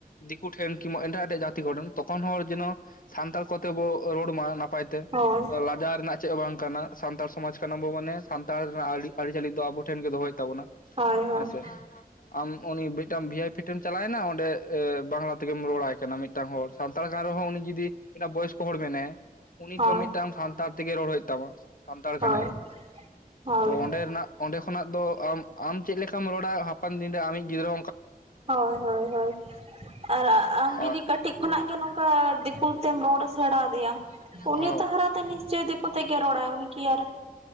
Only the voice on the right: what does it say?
ᱦᱳᱭ
ᱦᱳᱭ ᱦᱳᱭ
ᱦᱳᱭ
ᱦᱳᱭ
ᱦᱳᱭ
ᱦᱳᱭ ᱦᱳᱭ ᱦᱳᱭ ᱟᱨ ᱟᱢ ᱡᱩᱫᱤ
ᱠᱟᱹᱴᱤᱡᱼᱼ ᱠᱷᱚᱱᱟᱜ ᱜᱮ ᱱᱚᱝᱠᱟ ᱫᱤᱠᱩ ᱛᱮᱢ ᱨᱚᱲ ᱥᱮᱬᱟᱫᱮᱭᱟ ᱩᱱᱤ
ᱛᱟᱼᱼ ᱱᱤᱥᱪᱚᱭ ᱫᱠᱚ ᱛᱮᱜ ᱜᱮ ᱨᱚᱲᱟᱭ ᱩᱱᱤ ᱠᱤ ᱟᱨ